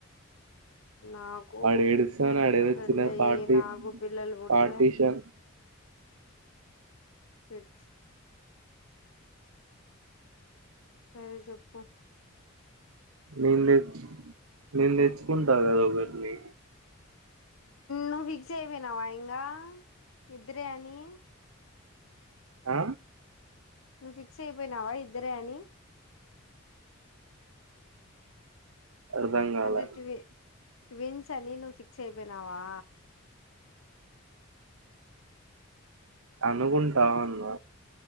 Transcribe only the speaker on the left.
నాకు
పెళ్ళయ్యి
నాకు పిల్లలు పుడితే
షెట్ సరే చెప్పు
నువ్వు ఫిక్స్ అయిపోయినావా ఇంగా ఇద్ద్రే అని
నువ్వు ఫిక్స్ అయిపోయినావా ఇద్దరే అని
అంటే ట్వి ట్విన్స్ అని నువ్వు ఫిక్స్ అయిపోయినావా